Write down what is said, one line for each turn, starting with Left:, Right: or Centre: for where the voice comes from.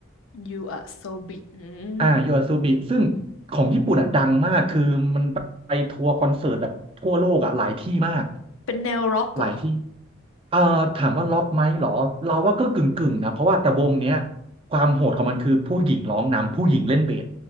Left: You are so big อื
Right: อ่าโยอาซูบิซึ่งของญี่ปุ่นอ่ะดังมากคือมันไปทัวร์คอนเสิร์ตแบบทั่วโลกอ่ะหลายที่มาก
Left: มเป็นแนวร็อกเหรอ
Right: หลายที่เอ่อถามว่าล็อกไหมเหรอเราว่าก็กึ่งกึ่งนะเพราะว่าแต่วงเนี้ยความโหดของมันคือผู้หญิงร้องนำผู้หญิงเล่นเบส